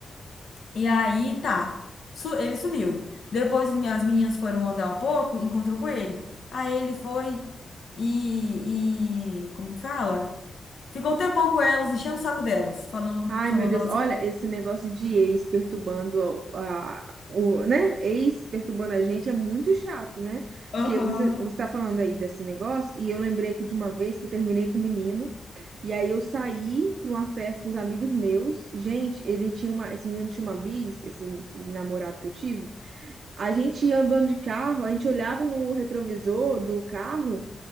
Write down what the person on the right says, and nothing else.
Ai,
meu Deus,
olha esse negócio de ex perturbando a, a- o, né? Ex perturbando a gente é muito chato, né?
Porque você, você tá falando aí desse negócio, e eu lembrei aqui de uma vez que eu terminei com um menino, e aí eu saí pra uma festa com os amigos meus. Gente, ele tinha uma, esse menino tinha uma bis, esse namorado que eu tive. A gente ia andando de carro, a gente olhava no retrovisor do carro